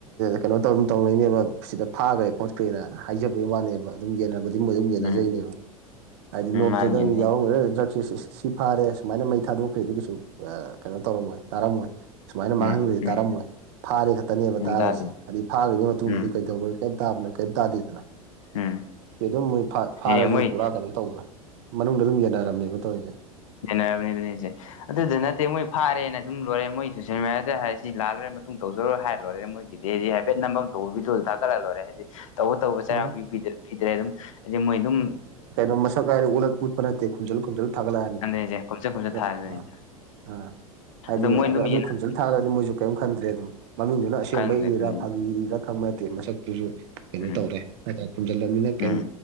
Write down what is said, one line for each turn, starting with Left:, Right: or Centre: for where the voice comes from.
Right: ꯀꯩꯅꯣ ꯇꯧ ꯇꯧꯅꯣꯏꯅꯦꯕ ꯁꯤꯗ ꯐꯥꯈ꯭ꯔꯦ ꯈꯣꯠꯈ꯭ꯔꯦꯅ ꯍꯥꯏꯖꯕꯒꯤ ꯋꯥꯅꯦꯕ ꯑꯗꯨꯝ ꯌꯦꯟꯅꯕꯗꯤ ꯃꯣꯏ ꯑꯗꯨꯝ ꯌꯦꯟꯅꯖꯩꯅꯦꯕ
Left: ꯎꯝ
Right: ꯍꯥꯏꯗꯤ ꯅꯣꯡꯃꯥꯇ
Left: ꯎꯝ ꯃꯥꯅꯤꯅꯦ
Right: ꯅꯪ ꯌꯥꯎꯔꯝꯒꯗ ꯁꯤ ꯐꯥꯔꯦ ꯁꯨꯃꯥꯏꯅ ꯃꯩ ꯊꯥꯗꯣꯛꯈ꯭꯭ꯔꯦꯗꯒꯤꯁꯨ ꯀꯩꯅꯣ ꯇꯧꯔꯝꯃꯣꯏ ꯇꯥꯔꯝꯃꯣꯏ ꯁꯨꯃꯥꯏꯅ ꯃꯥꯡꯍꯟꯈ꯭ꯔꯁꯤ
Left: ꯎꯝ ꯎꯝ
Right: ꯇꯥꯔꯝꯃꯣꯏ ꯐꯥꯔꯦ ꯈꯛꯇꯅꯦꯕ
Left: ꯎꯝ
Right: ꯇꯥꯈ꯭ꯔꯤꯁꯦ
Left: ꯇꯥꯗꯦ
Right: ꯑꯩ ꯐꯥꯈ꯭ꯕꯩ ꯃꯇꯨꯡꯗꯗꯤ
Left: ꯎꯝ
Right: ꯗꯧ ꯀꯩꯗꯅ ꯀꯩ ꯇꯥꯗꯦꯗꯅ
Left: ꯎꯝ
Right: ꯁꯤ ꯑꯗꯨꯝ ꯃꯣꯏ ꯐꯥꯔꯁꯨ
Left: ꯍꯅꯦ ꯃꯣꯏ
Right: ꯄꯨꯔꯥ ꯀꯩꯅꯣ ꯇꯧꯕ꯭ꯔꯥ ꯃꯅꯨꯡꯗ ꯑꯗꯨꯝ ꯌꯦꯟꯅꯔꯝꯅꯦꯕ ꯇꯧꯔꯤꯁꯦ
Left: ꯅꯦꯕꯅꯤꯗꯤꯅꯤꯖꯦ ꯑꯗꯨꯗ ꯅꯠꯇꯦ ꯃꯣꯏ ꯐꯥꯔꯦꯅ ꯁꯨꯝ ꯂꯣꯏꯔꯦ ꯃꯣꯏ ꯁꯣꯁꯤꯦꯜ ꯃꯦꯗꯤꯌꯥꯗ ꯍꯥꯏꯁꯤ ꯂꯥꯜꯂꯔꯦ ꯃꯇꯨꯡ ꯇꯧꯖꯔꯣꯏ ꯍꯥꯏꯔ ꯂꯣꯏꯔꯦ ꯃꯣꯏ ꯀꯗꯤ ꯍꯥꯏꯐꯠꯝꯐꯝ ꯊꯣꯛꯕꯤꯗꯨꯨ ꯊꯥꯠꯂꯛꯂꯔꯦ ꯍꯥꯏꯗꯤ ꯇꯧꯕ ꯇꯧꯕ ꯆꯩꯔꯥꯛ
Right: ꯍꯣꯏ
Left: ꯄꯤ ꯄꯤꯗ꯭ꯔꯦ ꯑꯗꯨꯝ ꯍꯥꯏꯗꯤ ꯃꯣꯏ ꯑꯗꯨꯝ
Right: ꯃꯁꯥꯀꯦ ꯎꯠ ꯄꯨ ꯦ ꯀꯨꯟꯖꯜ ꯀꯨꯖꯜ ꯊꯥꯒꯠꯂꯛꯑꯅꯤ
Left: ꯑꯗꯨꯅꯤꯁꯦ ꯈꯣꯝꯆꯠ ꯈꯣꯝꯆꯠ
Right: ꯑꯣ
Left: ꯊꯥꯔꯗꯨꯅꯤ
Right: ꯑꯥ ꯑꯥ ꯍꯥꯏꯗꯤ
Left: ꯑꯗꯨ ꯃꯣꯏꯅ
Right: ꯑ
Left: ꯑꯗꯨꯝ
Right: ꯑꯗꯨ
Left: ꯌꯦꯟꯅꯔꯅꯤ
Right: ꯈꯟꯆꯜ ꯊꯥꯔꯗꯤ ꯃꯣꯏꯁꯨ ꯀꯔꯤꯝ ꯈꯟꯗ꯭ꯔꯦ ꯑꯗꯨꯝ ꯃꯃꯤꯡꯗꯨꯅ ꯑꯁꯦꯡꯕ
Left: ꯈꯪꯈ꯭ꯔꯦ
Right: ꯏꯔꯥ
Left: ꯑꯗꯨꯅꯤ
Right: ꯐꯥꯒꯤ ꯏꯔꯥ ꯈꯪꯕ ꯅꯠꯇꯦ ꯃꯁꯛꯇꯨꯁꯨ ꯀꯩꯅꯣ
Left: ꯎꯝ
Right: ꯇꯧꯔꯦ ꯍꯥꯏ ꯈꯨꯝꯖꯤꯜꯂꯅꯤꯅ ꯀꯩ
Left: ꯎꯝ